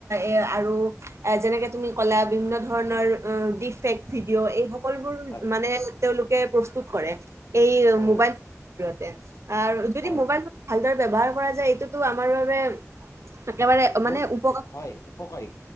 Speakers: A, on the right (about 55°); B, on the left (about 70°).
A: এ, আৰু যেনেকে তুমি ক'লা! বিভিন্ন ধৰণৰ ডিপ ফেক ভিডিঅ' এইবোৰ সকলবোৰ
B: হয়
A: মানে তেওঁলোকৰ প্ৰস্তুত কৰে। এই
B: হয়
A: মোবাইল
B: হয়
A: জৰিয়তে আৰু যদি
B: হয়
A: মোবাইল ভালদৰে ব্ৱহাৰ কৰা যায় এইটোতো আমাৰ বাবে একেবাৰে
B: বহুত
A: মানে উপ
B: হয় উপকাৰী,